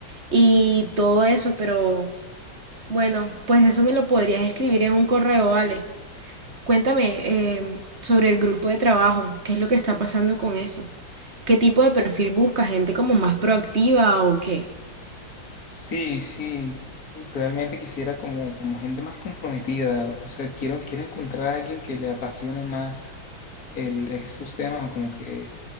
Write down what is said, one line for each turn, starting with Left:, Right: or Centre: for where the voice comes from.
Right: y todo eso, pero bueno, pues eso me lo podrías escribir en un correo, ¿vale? Cuéntame em, sobre el grupo de trabajo, qué es lo que está pasando con eso, qué tipo de perfil busca, gente como más proactiva o qué.
Left: Sí, sí, realmente quisiera como, como gente más comprometida, o sea, quiero, quiero encontrar a alguien que le apasione más el, estos temas, o como que